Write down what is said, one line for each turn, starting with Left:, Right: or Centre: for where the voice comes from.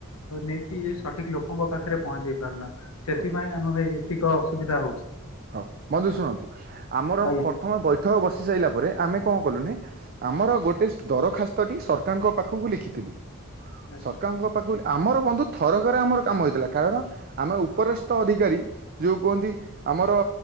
Left: ନେଇକି ସଠିକ ଲୋକଙ୍କ ପାଖରେ ପହଞ୍ଚ ଇପାରୁନା ସେଥିପାଇଁ
Right: ହଉ
Left: ଆମର ଏତିକ ଅସୁବିଧା ହୋଉଛି।
Right: ହଁ ବନ୍ଧୁ ଶୁଣନ୍ତୁ ଆମର
Left: ଆଜ୍ଞା
Right: ଫଥମ ବୈଠକ ବସି ସାରିଲା ପରେ ଆମେ କଣ କଲୁନା ଆମର ଗୋଟେ ଦରଖାସ୍ତଟି ସରକାରଙ୍କ ପାଖକୁ ଲେଖିଥିଲୁ।
Left: ଆଚ୍ଛା
Right: ସରକାରଙ୍କ ପାଖକୁ ଲେ ଆମର ବନ୍ଧୁ ଥରକରେ ଆମର କାମ ହେଇଥିଲା କାରଣ ଆମେ ଉପରିସ୍ଥ ଅଧିକାରୀ ଜୋଉ କୁହନ୍ତି। ଆମର